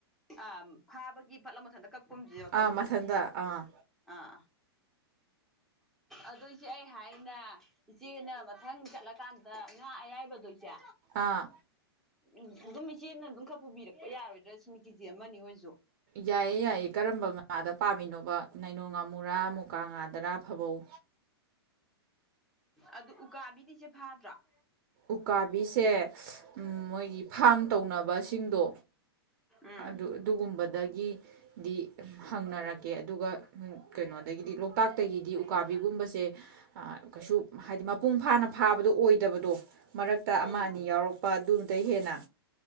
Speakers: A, in the centre; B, on the right.
A: ꯑꯥ ꯐꯥꯕꯒꯤ ꯐꯠꯂꯥꯎ ꯃꯊꯟꯗ ꯀꯛꯄꯝꯖꯨ <unintelligible>
B: ꯑꯥ
A: ꯇꯧꯕꯅꯦ
B: ꯃꯊꯟꯗ ꯑꯥ
A: ꯑꯥ ꯑꯗꫭ ꯏꯆꯦ ꯑꯩ ꯍꯥꯏ ꯅ ꯏꯆꯦꯅ ꯃꯊꯪ ꯆꯠꯂꯀꯥꯟꯗ ꯉꯥ ꯑꯌꯥꯏꯕꯗꯣ ꯏꯆꯦ
B: ꯑꯥ
A: ꯎꯝ ꯑꯗꯨꯝ ꯏꯆꯦꯅ ꯑꯗꯨꯝ ꯈꯔ ꯄꯨꯕꯤꯔꯛꯄ ꯌꯥꯔꯣꯏꯗ꯭ꯔ ꯁꯤꯅꯤ ꯀꯦꯖꯤ ꯑꯃꯅꯤ ꯑꯣꯏꯖꯨ
B: ꯌꯥꯏꯌꯦ ꯌꯥꯏꯌꯦ ꯀꯔꯝꯕ ꯉꯥꯗ ꯄꯥꯝꯃꯤꯅꯣꯕ ꯅꯥꯏꯅꯣ ꯉꯥꯝ ꯃꯨꯔ ꯃꯨꯀꯥ ꯉꯥꯗꯔ ꯐꯥꯕꯧ
A: ꯑꯗꯨ ꯎꯀꯥꯕꯤꯗꯤ ꯏꯆꯦ ꯐꯥꯗ꯭ꯔꫭ
B: ꯎꯀꯥꯕꯤꯁꯦ ꯎꯝ ꯃꯣꯏꯒꯤ ꯐꯥꯝ ꯇꯧꯅꯕꯁꯤꯡꯗꯣ
A: ꯎꯝ
B: ꯑꯗꯨ ꯑꯗꯨꯒꯨꯝꯕꯗꯒꯤ ꯗꯤ ꯍꯪꯅꯔꯛꯀꯦ ꯑꯗꯨꯒ ꯀꯩꯅꯣꯗꯒꯤꯗꯤ ꯂꯣꯛꯇꯥꯛꯇꯒꯤꯗꯤ ꯎꯀꯥꯕꯤꯒꯨꯝꯕꯁꯦ ꯑ ꯀꯩꯁꯨ ꯍꯥꯏꯗꯤ ꯃꯄꯨꯡ ꯐꯥꯅ ꯐꯥꯕꯗꯣ ꯑꯣꯏꯗꯕꯗꯣ ꯃꯔꯛꯇ ꯑꯃ
A: ꯎꯝ
B: ꯑꯅꯤ ꯌꯥꯎꯔꯛꯄ ꯑꯗꯨ ꯗꯩ ꯍꯦꯟꯅ